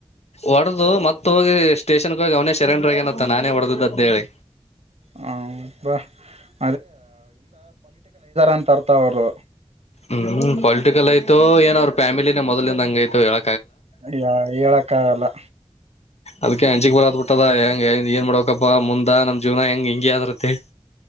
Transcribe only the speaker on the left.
ಒಡೆದು ಮತ್ತ ಹೋಗಿ ಎಷ್ಟ ಸ್ಟೇಷನ್ಕ್ ಹೋಗಿ ಅವನೇ ಶರೇಂಡ್ರಗ ನತ್ತ ನಾನೇ ಹೊಡೆದು ಅಂತ ಹೇಳಿ
ಹ್ಮ್ ಪೊಲಿಟಿಕಲ್ ಆಯ್ತು ಏನ್ ಫ್ಯಾಮಲಲಿಿನ ಮೊದಲಿಂದ ಹಂಗೈಐತ ಹೇಳ
ಅದ್ಕ ಅಂಜಿಕ ಬರಕತಬಿಟ್ಟದ ಹೆಂಗ ಹೆಂಗ ಏನ ಮಾಡಬೇಕಪ್ಪ ಮುಂದಾ ನಮ್ಮ ಜೀವನ ಹೆಂಗ ಹಿಂಗೆ ಆದ್ರತ್ತಹೇಳಿ.